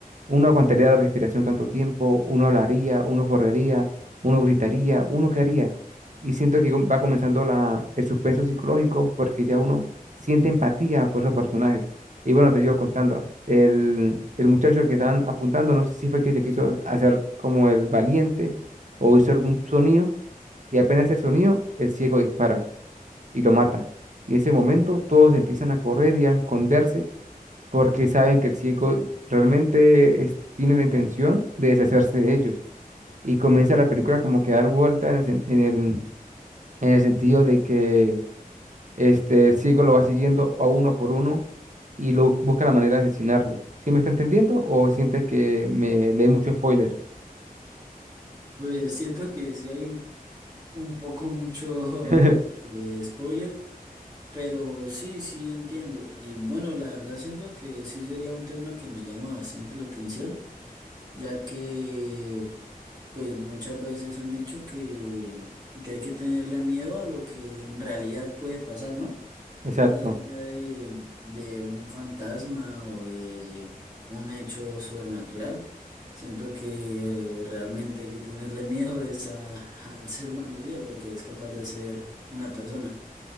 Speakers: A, on the right; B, on the right.
A: uno aguantaría la respiración tanto tiempo, uno hablaría, uno correría, uno gritaría, uno qué haría. Y siento que com- va comenzando la, el suspenso psicológico porque ya uno siente empatía por esos personajes. Y bueno, te sigo contando. El, el muchacho al que estaban apuntando, no sé si fue que se quiso hacer como el valiente o hizo algún sonido y apenas el sonido, el ciego dispara y lo mata. Y en ese momento todos empiezan a correr y a esconderse porque saben que el ciego realmente es- tiene la intención de deshacerse de ellos. Y comienza la película como que a dar vuelta en el, sen- en el, en el sentido de que este, el circo lo va siguiendo a uno por uno y lo busca la manera de asesinarlos. ¿Sí me está entendiendo o sientes que me leí mucho spoiler?
B: Pues siento que sí hay un, un poco mucho
A: <laughs>
B: <laughs> de spoiler, pero sí, sí entiendo. Y bueno, la verdad siento que sí sería un tema que me llama bastante la atención ya que pues muchas veces han dicho que, que hay que tenerle miedo a lo que en realidad puede pasar, ¿no?
A: Exacto.
B: Más allá de, de un fantasma o de un hecho sobrenatural, siento que eh, realmente hay que tenerle miedo es a- al ser humano, sí, a lo que es capaz de hacer una persona.